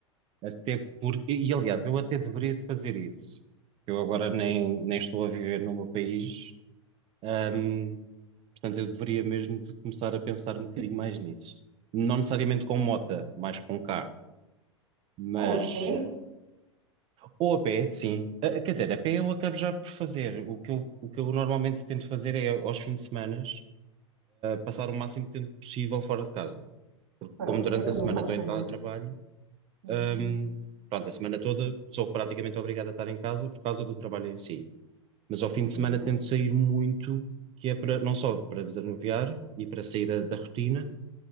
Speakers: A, on the right; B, on the right.
A: Até porque, e aliás, eu até deveria de fazer isso. Eu agora nem, nem estou a viver no meu país, hum, portanto eu deveria mesmo de começar a pensar um bocadinho mais nisso. Não necessariamente com mota, mais com carro, mas
B: Ou a pé,
A: eh, ou a pé, sim. Ah, ah, quer dizer, a pé eu acabo já por fazer. O que eu, o que eu normalmente tento fazer é aos fins de semana, passar o máximo de tempo possível fora de casa. Porque
B: pronto,
A: como durante
B: é como
A: a semana
B: eu faço
A: estou em
B: também.
A: teletrabalho,
B: Uhum.
A: Ahm, pronto, a semana toda sou praticamente obrigado a estar em casa por causa do trabalho em si. Mas ao fim de
B: Exato.
A: semana tento sair muito, que é para não só para desanuviar e para sair da, da rotina,